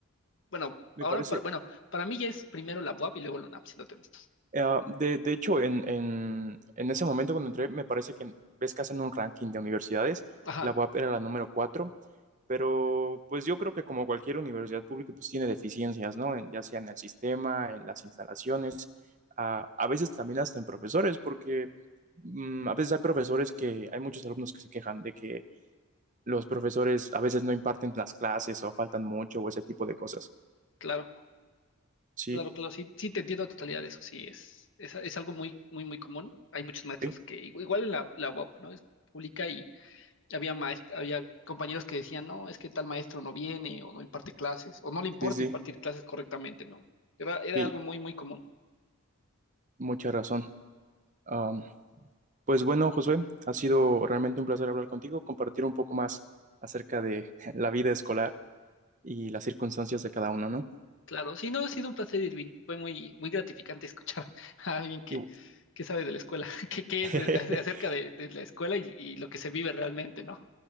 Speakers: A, on the left; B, on the right.
A: bueno,
B: Me
A: ahora,
B: parece,
A: para, bueno, para mí ya es primero la UAP y luego la UNAM, siéndote honestos.
B: Eh, de, de hecho, en, en, en ese momento cuando entré, me parece que ves que hacen un ranking de universidades,
A: Ajá,
B: la UAP era la número cuatro, pero pues yo creo que como cualquier universidad pública, pues tiene deficiencias, ¿no? En- ya sea en el sistema, en las instalaciones, a, a veces también hasta en profesores, porque mm, a veces hay profesores que, hay muchos alumnos que se quejan de que los profesores a veces no imparten las clases o faltan mucho o ese tipo de cosas.
A: claro,
B: Sí,
A: claro, claro, sí, sí te entiendo a totalidad de eso, sí, es, es, es algo muy, muy, muy común. Hay muchos maestros
B: sí,
A: que, igu- igual en la, la UAP, ¿no? Es pública había, maes- había compañeros que decían, no, es que tal maestro no viene o no imparte clases o no le importa
B: sí, sí,
A: impartir clases correctamente, ¿no? Era, era
B: sí,
A: algo muy, muy común.
B: mucha razón. Am, Pues bueno, Josué, ha sido realmente un placer hablar contigo, compartir un poco más acerca de <laughs> la vida escolar y las circunstancias de cada uno, ¿no?
A: Claro, sí, no, ha sido un placer, Irving. Fue muy, muy gratificante escuchar <laughs> a alguien que,
B: Y-
A: que sabe de la escuela, <laughs> que, que
B: <laughs>
A: es eh, acerca de, de la escuela y, y lo que se vive realmente, ¿no?